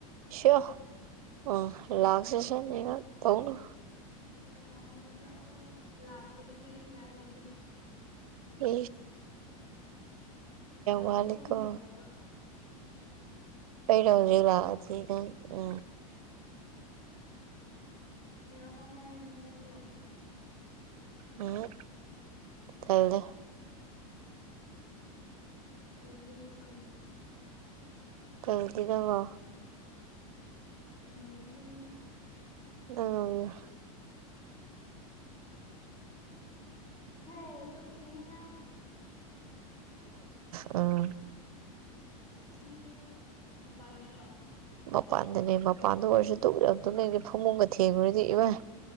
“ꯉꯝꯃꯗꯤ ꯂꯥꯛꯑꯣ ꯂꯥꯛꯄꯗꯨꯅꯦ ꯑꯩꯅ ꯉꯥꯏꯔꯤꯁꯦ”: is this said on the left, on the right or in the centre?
Left